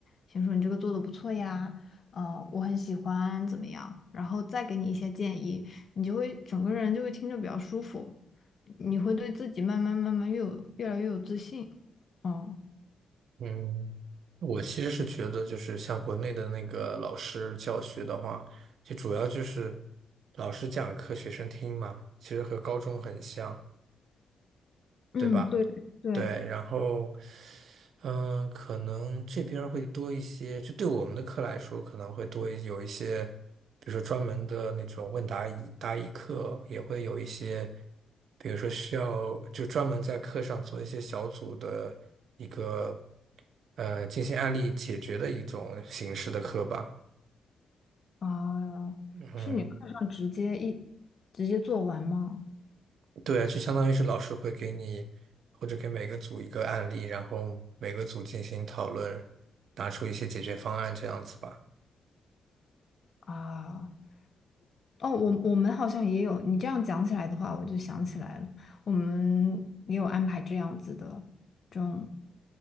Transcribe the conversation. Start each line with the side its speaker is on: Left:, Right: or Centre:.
Left: 先说你这个做的不错呀，呃，我很喜欢怎么样，然后再给你一些建议，你就会整个人就会听着比较舒服，你会对自己慢慢慢慢越有越来越有自信。哦，
Right: 嗯，我其实是觉得就是像国内的那个老师教学的话，就主要就是老师讲课，学生听嘛，其实和高中很像。
Left: 嗯，
Right: 对吧？
Left: 对对
Right: 对，然后，嗯，可能这边儿会多一些，就对我们的课来说，可能会多一有一些，比如说专门的那种问答疑答疑课，也会有一些，比如说需要就专门在课上做一些小组的一个呃进行案例解决的一种形式的课吧。
Left: 啊，
Right: 嗯，
Left: 是你课上直接一直接做完吗？
Right: 对啊，就相当于是老师会给你，或者给每个组一个案例，然后每个组进行讨论，拿出一些解决方案这样子吧。
Left: 啊。哦，我我们好像也有，你这样讲起来的话，我就想起来了，我们也有安排这样子的这种